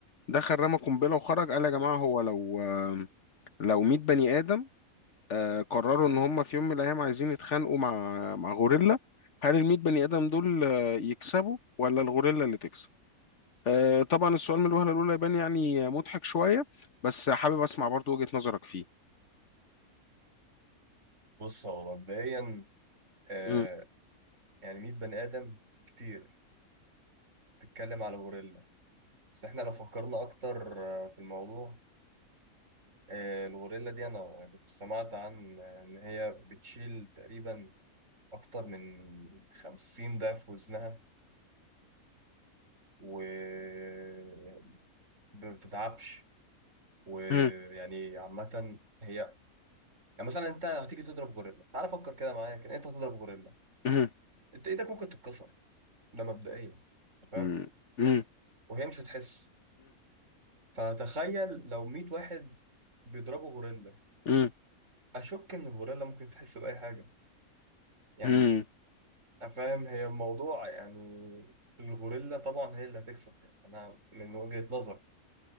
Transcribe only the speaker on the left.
دخل رمى قنبله وخرج قال يا جماعه هو لو آه لو 100 بني ادم آه قرروا ان هم في يوم من الايام عايزين يتخانقوا مع مع غوريلا هل ال 100 بني ادم دول آه يكسبوا ولا الغوريلا اللي تكسب؟ آه طبعا السؤال من الوهله الاولى يبان يعني آه، مضحك شويه بس حابب اسمع برضو وجهه نظرك فيه.
مم،
مم،
مم،
مم، مم،
مم،
مم.